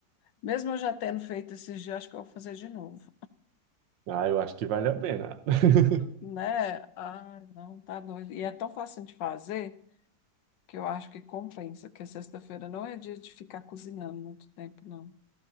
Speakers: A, on the left; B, on the right.
A: Mesmo eu já tendo feito esses dias, acho que eu vou fazer de novo,
B: Ah, eu acho que vale a pena. <laughs>
A: né? Ai, não, tá doido. E é tão fácil de fazer. que eu acho que compensa, porque sexta-feira não é dia de ficar cozinhando muito tempo, não.